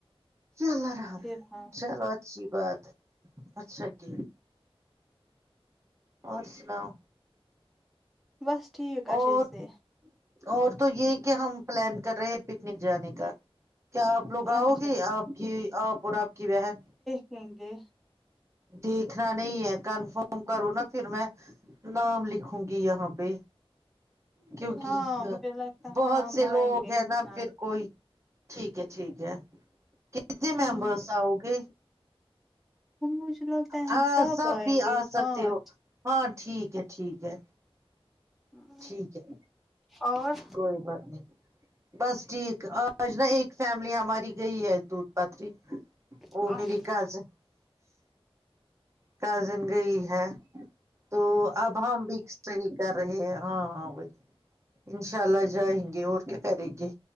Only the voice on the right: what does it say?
یا اللہ رحم
چلو اچھ صبح تک اچھا کیا اور سناؤ
اور
اور تو یہی کہ ہم پلان کر رہے ہیں پکنک جانے کا کیا آپ لوگ
آؤگے
آپ کی آپ اور آپ کی بہن
دیکھنا نہیں ہے کنفرم کرو نا کہ میں نام لکھوں گی یہاں پہ کیونکہ
بہت
سے
لوگ
ہیں
نا پھر کوئی ٹھیک ہے ٹھیک ہے کتنے ممبرس
آؤ گے
ہاں سب
بھی
آ سکتے
ہو ہاں ٹھیک ہے ٹھیک ہے
ٹھیک ہے
کوئی بات نہیں بس ٹھیک آج نا ایک فیملی ہماری یہی ہے دودھ پاتری وہ
میری گھر سے کازن گئی ہے تو اب ہم بھی کس طریقے کر رہی ہے ہاں ہاں وہی انشاء اللہ جائیں گے اور کیا کریں گے